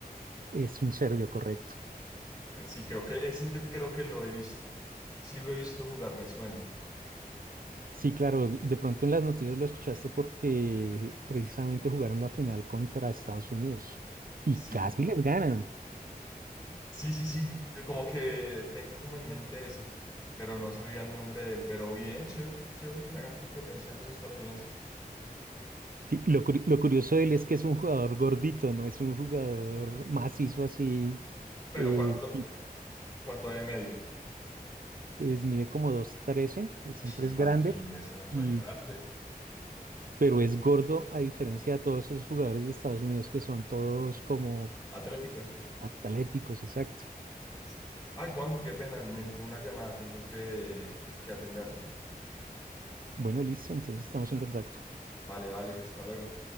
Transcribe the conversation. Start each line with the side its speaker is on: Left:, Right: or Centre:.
Right: es un serbio, correcto.
Left: Eh, Sí, creo que ese lo- creo que lo he visto. Sí lo he visto jugar, me suena.
Right: Sí, claro, de de pronto en las noticias lo escuchaste porque precisamente jugaron la final contra Estados Unidos y
Left: Sí.
Right: casi les ganan.
Left: Sí, sí, sí, como que tengo como en mente eso, pero no sabía el nombre de él. Pero bien, chévere, chévere que le hagan competencia a los estadounidenses.
Right: Sí, lo, curi- lo curioso de él es que es un jugador gordito, no es un jugador macizo así,
Left: Pero
Right: eh,
Left: ¿cuánto,
Right: y
Left: cuánto debe medir?
Right: pues mide como 2'13, eh, siempre
Left: Imagínese,
Right: es grande,
Left: es
Right: y,
Left: re grande.
Right: pero es gordo a diferencia de todos esos jugadores de Estados Unidos que son todos como
Left: Atléticas.
Right: atléticos, exacto.
Left: Sí. Ay, Juan, qué pena, me entró una llamada, tengo que, que atenderla.
Right: Bueno, listo, entonces estamos en contacto.
Left: Vale, vale, hasta luego.